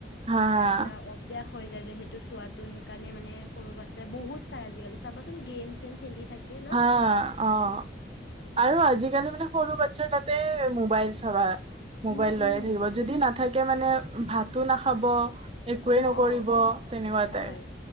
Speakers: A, on the left; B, on the right.
A: তোমাৰ
B: হা হা
A: এটা অভ্যাস হৈ যায় যে সেইটো চোৱাটো সেইকাৰণে মানে সৰু আছে বহুত চাই আজিকালি চাবচোন গেম চেম খেলি। থাকে ন
B: হা। অ', আৰু আজিকালি মানে সৰু বাচ্ছাৰ তাতে মোবাইল চাবা। মোবাইল
A: উম
B: লৈয়ে
A: উম
B: থাকিব যদি নাথাকে মানে ভাতো নাখাব। একোৱে
A: অ',
B: নকৰিব
A: অ'
B: তেনেকুৱা
A: হয়,
B: টাইপ